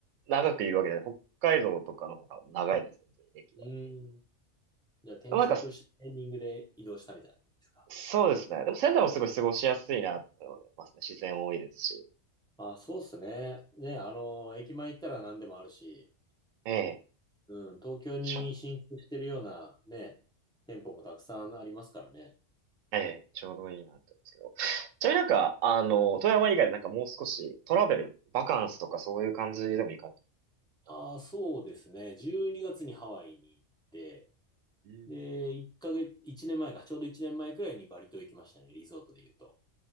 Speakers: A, on the right; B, in the centre.
A: 長くいるわけで、北海道とかの方が長いです、全然歴は。
B: うーん。じゃあ転職したタイミングで移動したみたいな感じですか。
A: でもなんか、そうですね。でも仙台もすごい過ごしやすいなって思いますね。自然多いですし。
B: あ、そうっすね。ね、あの、駅前行ったら何でもあるし、
A: ええ、
B: うん、東京に進出してるようなね、
A: ちょ、
B: 店舗もたくさんありますからね。
A: ええ、ちょうどいいなって思うんですけど。ちなみになんか、あの、富山以外でなんかもう少しトラベル、バカンスとかそういう感じでもいいかと
B: ああ、
A: 思っ
B: そうですね。12月にがつにハワイに行って、
A: たんで。うん
B: で、1ヶ月、1年前か、ちょうど1年前くらいにバリ島行きましたね、リゾートで言うと。